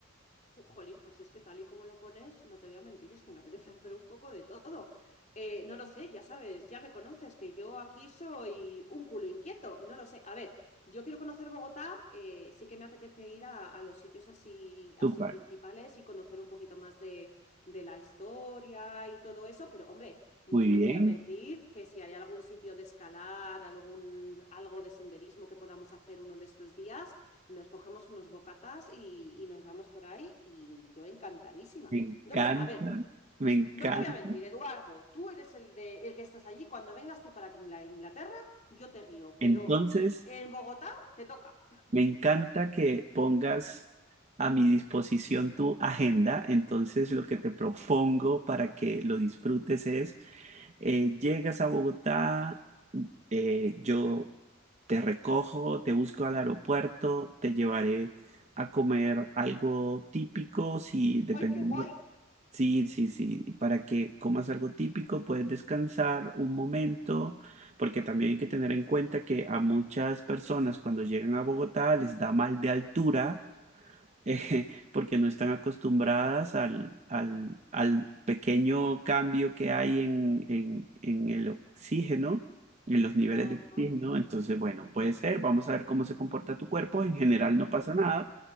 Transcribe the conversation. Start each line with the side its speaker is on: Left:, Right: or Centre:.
Left: Jolín, pues es que tal y como lo pones, no te voy a mentir, es que me apetece <laughs> hacer un poco de todo. Eh, no lo sé, ya sabes, ya me conoces, que yo aquí soy un culo inquieto, no lo sé. A ver, yo quiero conocer Bogotá, eh, sí que me apetece ir a, a los sitios así, así
Right: Súper,
Left: principales y conocer un poquito más de, de la historia y todo eso, pero hombre, no
Right: muy bien,
Left: te voy a mentir que si hay algún sitio de escalar, algún, algo de senderismo que podamos hacer uno de estos días. Nos cogemos unos bocatas y, y nos vamos por ahí y yo encantadísima.
Right: me encanta,
Left: No lo sé, a ver,
Right: me encanta.
Left: no te voy a mentir, Eduardo, tú eres el, de, el que estás allí, cuando vengas tú para aquí a Inglaterra, yo te guío, pero
Right: Entonces...
Left: en Bogotá te toca.
Right: Me encanta que pongas a mi disposición tu agenda, entonces lo que te propongo para que lo disfrutes es, eh, llegas a Bogotá, eh, yo te recojo, te busco al aeropuerto, te llevaré a comer algo típico, si depende
Left: ¡Ay, qué guay!
Right: Sí, sí, sí, y para que comas algo típico, puedes descansar un momento, porque también hay que tener en cuenta que a muchas personas cuando llegan a Bogotá les da mal de altura, <laughs> eh, porque no están acostumbradas al, al, al pequeño cambio que hay en, en, en el oxígeno, en los niveles
Left: Ajá,
Right: de oxígeno. Entonces, bueno, puede ser, vamos a ver cómo se comporta tu cuerpo. En general no pasa nada,